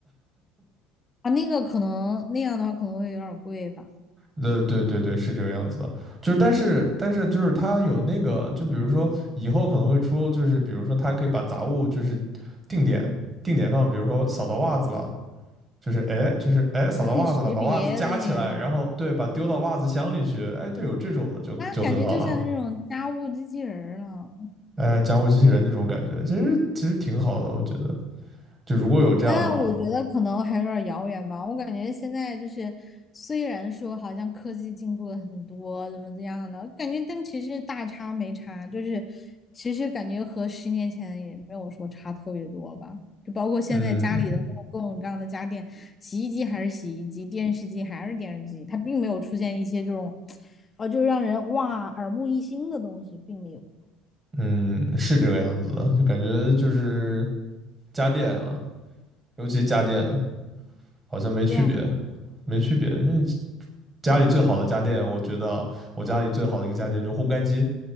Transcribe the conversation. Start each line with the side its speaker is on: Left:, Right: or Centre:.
Left: 啊，那个可能那样的话可能会有点儿贵吧，
Right: 呃，对对对，是这个样子的，就是但是但是就是它有那个，就比如说以后可能会出，就是比如说它可以把杂物就是定点定点放，比如说扫到袜子了，就是哎就是哎扫到袜子了，
Left: 就可以识别的那种，
Right: 把袜子夹起来，然后对，把丢到袜子箱里去，哎，对，有这种的就就很好了，
Left: 那感觉就像那种家务机器人儿了。
Right: 哎，家务机器人那种感觉，其实其实挺好的，我觉得，就如果有这样的话，
Left: 但我觉得可能还有点儿遥远吧。我感觉现在就是，虽然说好像科技进步了很多，怎么怎样的，感觉但其实大差没差，就是其实感觉和十年前也没有说差特别多吧。就包括现在家里的各种各样的家电，
Right: 嗯
Left: 洗衣机还是洗衣机，电视机还是电视机，它并没有出现一些这种，呃，就让人哇耳目一新的东西，并没有。
Right: 嗯，是这个样子的，就感觉就是家电啊，尤其家电啊好像没区别。
Left: 对啊。
Right: 没区别。因为家里最好的家电，我觉得我家里最好的一个家电就是烘干机。